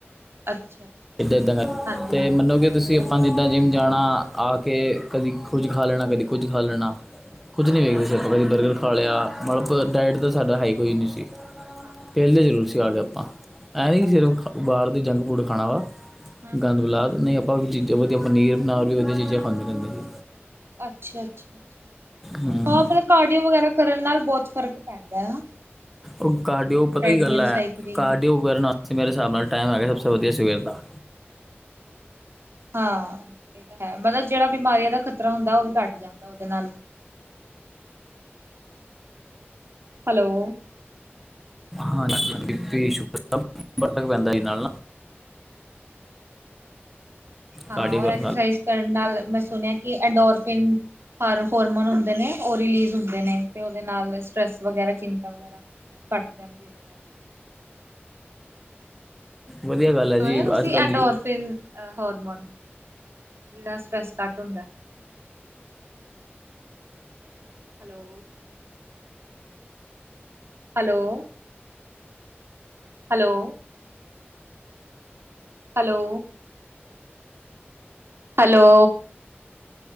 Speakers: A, on the right; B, in the centre.
A: ਅੱਛਾ ਅੱਛਾ
B: ਇੱਦਾਂ ਇੱਦਾਂ ਦਾ
A: ਹਾਂਜੀ
B: ਅਤੇ
A: ਹਾਂਜੀ
B: ਮੰਨੋ ਕਿ ਤੁਸੀਂ ਆਪਾਂ ਜਿੱਦਾਂ ਜਿੰਮ ਜਾਣਾ ਆ ਕੇ ਕਦੀ ਕੁਝ ਖਾ ਲੈਣਾ ਕਦੀ ਕੁਝ ਖਾ ਲੈਣਾ ਕੁਛ ਨਹੀਂ ਵੇਖਦੇ
A: ਹਮ
B: ਸੀ ਆਪਾਂ ਕਦੀ ਬਰ ਖਾ ਲਿਆ ਮਤਲਬ ਡਾਇਟ ਤਾਂ ਸਾਡਾ ਹਾਈ ਕੋਈ ਨਹੀਂੀ ਸੀ
A: ਹਾਂ ਹਾਂ
B: ਪਹਿਲੇਲੇ
A: ਹਾਂ
B: ਜ਼ਰੂਰ ਸੀ ਆ ਗ ਆਪਾਂ ਐ ਨ
A: ਅੱਛਾ
B: ਸਿਰਫ
A: ਅੱਛਾ
B: ਬਾਹਰ ਦੀ ਜੰਕ ਫੂਡ ਖਣਾ ਵ
A: ਹਮ ਹਮ
B: ਗੰਦ
A: ਹਮ
B: ਬੁਲਾ ਨਹੀਂ ਆਪਾਂ ਅਤੇ ਵਧੀਆ ਪਨੀਰ ਫਨਰ ਵੀ ਵਧੀਆ ਚੀਜ਼ਾਂ ਖਾਂਦੀਦੇ ਰਹਿੰਦੇ ਸੀ
A: ਅੱਛਾ ਅੱਛਾ ਅੱਾ
B: ਹੂੰ
A: ਹਾਂ ਮਤਲਬ ਕਾਰਡੀਓ ਵਗੈਰਾ ਕਰਨ ਨਾਲ ਬਹੁਤ ਫ਼ਰਕ ਪੈਂਦਾ ਹੈ
B: ਉਹ ਕਾਰਡੀਓ ਪਤਾ
A: ਟ੍ਰੈਡਮਿਲ
B: ਹੀ ਗੱਲ ਹੈ
A: ਸਾਈਕਲਿੰਗ
B: ਕਾਰਡੀਓ ਸੀ ਮੇਰੇ ਹਿਸਾਬ ਨਾਲ ਟਾਈਮ ਹੈਗਾ ਸ ਤਾਂ ਵਧੀਆ ਸਵੇਰ ਦਾ
A: ਹਾਂ ਇਹ ਤਾਂ ਹੈ ਮਤਲਬ ਜਿਹੜਾ ਬਿਮਾਰੀਆਂ ਦਾ ਖ਼ਤਰਾ ਹੁੰਦਾ ਉਹ ਵੀ ਘੱਟ ਜਾਂਦਾ ਉਹਦੇ ਨਾਲ ਹੈਲੋ
B: ਹਾਂੀੀ ਸ਼ ਸ ਬੜ ਪੈਂਦਾ ਜੀ ਨਾਲ ਨਾ
A: ਹਾਂਰ
B: ਕਾਰਡੀਓ ਕਰਨ
A: ਐਕਸਰਸਾਈਜ਼
B: ਨਾਲ
A: ਕਰਨ ਨਾਲ ਮੈਂ ਸੁਣਿਆ ਕਿ ਅਡੋਰਫਿਨ ਹੋਰਮੋਨ ਨੇ ਉਹ ਰਿਲੀਜ਼ ਹੁੰਦੇ ਨੇ ਤੇ ਉਹਦੇ ਨਾਲ ਸਟਰ੍ਰੈਸ ਵਗੈਰਾ ਚਿੰਤਾ ਵਗੈਰਾ ਘੱਟ ਜਾਂਦੀ ਉਹਦੇ ਨਾਲ
B: ਵਧੀਆ ਗੱਲ ਹੈ
A: ਸੁਣਿਆ
B: ਜੀ
A: ਤੁਸੀਂ
B: ਅੱਜ ਕੱਲ੍ਹ
A: ਐਂਡੋਰਫਿਨ
B: ਯ
A: ਹੋਰਮੋਨ <unintelligible> ਸਟਾਰਟ ਹੁੰਦਾ। Hello. Hello. Hello. Hello. Hello.